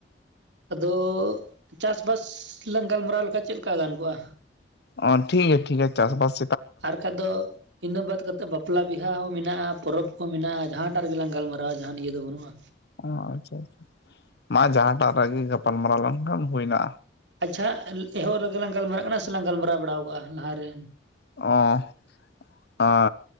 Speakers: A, on the right; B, on the left.
A: ᱟᱫᱚ ᱪᱟᱥᱼᱵᱟᱥ ᱞᱟᱝ ᱜᱟᱞᱢᱟᱨᱟᱣ ᱞᱮᱠᱷᱟᱱ ᱪᱮᱫ ᱞᱮᱠᱟ ᱜᱟᱱ ᱠᱚᱜᱼᱟ᱾
B: ᱚ ᱴᱷᱤᱜᱮ ᱴᱷᱤᱜᱮ ᱪᱟᱥ ᱵᱟᱥ
A: ᱟᱨ ᱟᱠᱟᱡ ᱫᱚ ᱤᱱᱟᱹ ᱵᱟᱛ ᱠᱟᱛᱮᱫ ᱵᱟᱯᱞᱟ ᱵᱤᱦᱟ ᱦᱚᱸ ᱢᱮᱱᱟᱜᱼᱟ ᱯᱚᱨᱚᱵᱽ ᱠᱚ ᱢᱮᱱᱟᱜᱼᱟ ᱡᱟᱦᱟᱸᱴᱟᱜ ᱨᱮᱜᱮ ᱞᱟᱝ ᱜᱟᱞᱢᱟᱨᱟᱼᱟ ᱡᱟᱦᱟᱸ ᱱᱤᱭᱟᱹ ᱫᱚ ᱵᱟᱹᱱᱩᱜᱼᱟ᱾
B: ᱚ ᱟᱪᱷᱟ ᱟᱪᱷᱟ ᱢᱟ ᱡᱟᱦᱟᱸᱴᱟᱜ ᱨᱟᱜᱮ ᱜᱟᱯᱟᱞ ᱢᱟᱨᱟᱣ ᱞᱮᱱᱠᱷᱟᱱ ᱦᱩᱭ ᱮᱱᱟ᱾
A: ᱟᱪᱷᱟ ᱮᱦᱚᱵᱽ ᱨᱮᱸᱜᱮ ᱞᱟᱝ ᱜᱟᱞᱢᱟᱨᱟᱜ ᱠᱟᱱᱟ ᱥᱮᱞᱟᱝ ᱜᱟᱞᱢᱟᱨᱟᱣ ᱵᱟᱲᱟᱣ ᱠᱟᱜᱼᱟ ᱞᱟᱦᱟ ᱨᱮ
B: ᱚ ᱟ